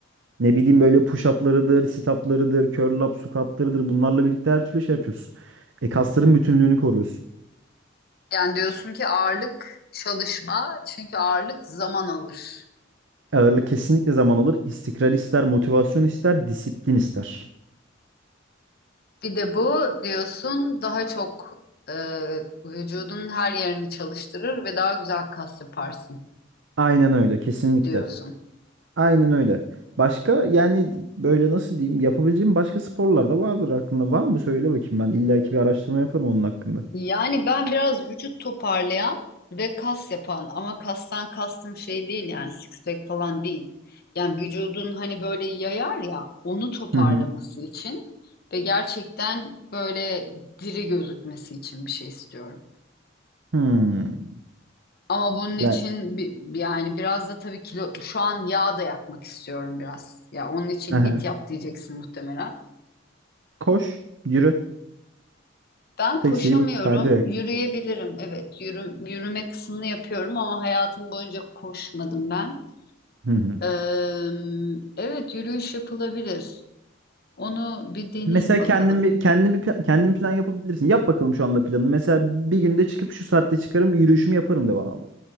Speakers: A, on the right; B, on the left.
A: Ne bileyim böyle push-up'larıdır, sit-up'larıdır, curl up, squat'larıdır. Bunlarla birlikte her türlü şey yapıyorsun. E kasların bütünlüğünü koruyorsun.
B: Yani diyorsun ki ağırlık çalışma çünkü ağırlık zaman alır.
A: Ağırlık kesinlikle zaman alır. İstikrar ister, motivasyon ister, disiplin ister.
B: Bir de bu diyorsun daha çok e, vücudun her yerini çalıştırır ve daha güzel kas yaparsın
A: Aynen öyle, kesinlikle.
B: diyorsun.
A: Aynen öyle. Başka yani böyle nasıl diyeyim yapabileceğim başka sporlar da vardır aklında. Var mı? Söyle bakayım ben. illa ki bir araştırma yaparım onun hakkında.
B: Yani ben biraz vücut toparlayan ve kas yapan ama kastan kastım şey değil yani six pack falan değil. Yani vücudun hani böyle yayar ya onu toparlaması
A: Hı hı.
B: için ve gerçekten böyle diri gözükmesi için bir şey istiyorum.
A: Hmm.
B: Ama bunun
A: Yani
B: için bi- yani biraz da tabii kilo şu an yağ da yakmak istiyorum biraz. Ya onun için
A: aha.
B: hit yap diyeceksin muhtemelen.
A: Koş, yürü.
B: Ben
A: Tek
B: koşamıyorum,
A: şeyi bu. Kardiyo yak.
B: yürüyebilirim. Evet, yürü, yürüme kısmını yapıyorum ama hayatım boyunca koşmadım ben.
A: Hı hı.
B: Eee, evet, yürüyüş yapılabilir. Onu bir deneyeyim
A: Mesela
B: bakalım.
A: kendin bir kendin bir kendin plan yapabilirsin. Yap bakalım şu anda planını. Mesela bir günde çıkıp şu saatte çıkarım, yürüyüşümü yaparım de bana abla.